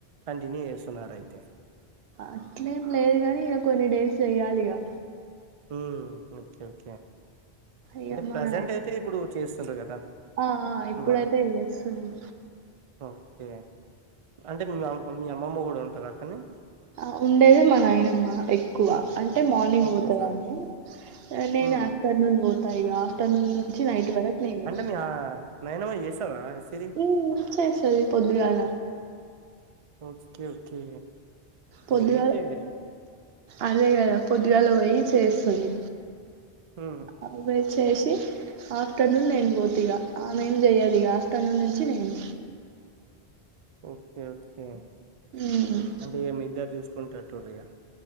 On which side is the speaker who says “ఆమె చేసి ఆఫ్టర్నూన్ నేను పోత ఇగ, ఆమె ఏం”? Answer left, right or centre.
Right